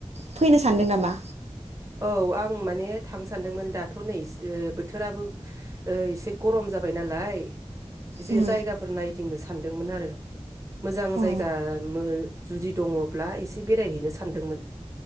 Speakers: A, on the right; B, on the right.
A: फैनो सानदों नामा?
B: औ आं माने थांनो सानदोंमोन दाथ' नै बोथोराबो एसे गरम जाबाय नालाय एसे
A: उम
B: जायगाफोर नाय गिदिंनो सानदोंमोन आरो मोजां
A: अ
B: जायगा मो जुदि दङब्ला एसे बेरायहैनो सानदोंमोन